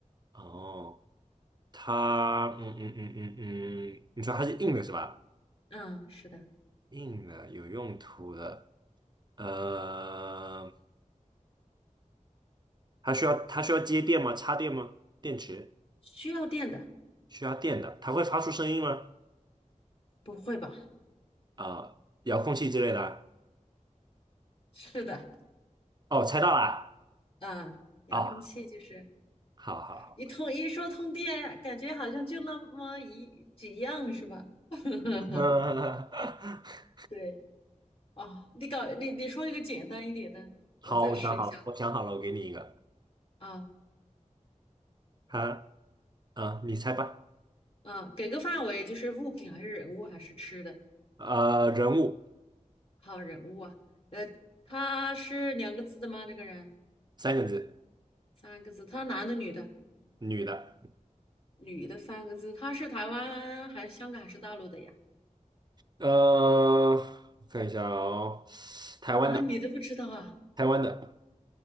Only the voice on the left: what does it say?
嗯，是的，
需要电的，
不会吧？
是的，
嗯，遥控器就是。
一通一说通电，
感觉好像就那么一几样是吧？<laughs>
对哦，你搞你你说一个简单一点的，
我再试一下
啊
啊，给个范围，就是物品还是人物还是吃的？
好，人物啊，呃，他是两个字的吗？这个人
三个字，他男的女的？
女的三个字，他是台湾还是香港还是大陆的呀？
啊，你都不知道啊？